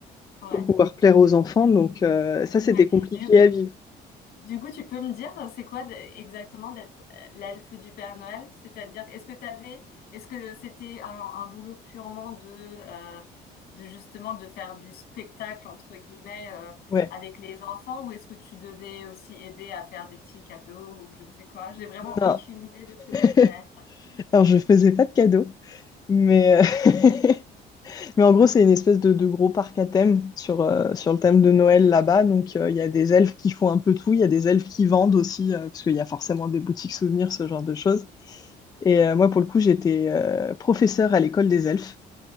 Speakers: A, on the left; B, on the left.
A: ouais,
B: pour pouvoir plaire aux enfants. Donc, euh, ça, c'était
A: ouais.
B: compliqué
A: Du coup.
B: à vivre.
A: Du coup, tu peux me dire, euh, c'est quoi d- exactement d'être euh, l'elfe du Père Noël? C'est-à-dire, est-ce que t'avais, est-ce que c'était un, un boulot purement de, euh, de justement de faire du spectacle entre guillemets euh,
B: Ouais.
A: avec les enfants, ou est-ce que tu devais aussi aider à faire des petits cadeaux ou je ne sais quoi? J'ai vraiment
B: Non.
A: aucune idée de ce
B: <laughs>
A: que ça pourrait être.
B: Alors, je faisais pas de cadeaux. Mais, euh, <laughs> mais en gros, c'est une espèce de, de gros parc à thème sur, euh, sur le thème de Noël là-bas. Donc, euh, il y a des elfes qui font un peu tout. Il y a des elfes qui vendent aussi, euh, parce qu'il y a forcément des boutiques souvenirs, ce genre de choses. Et euh, moi, pour le coup, j'étais euh, professeure à l'école des elfes.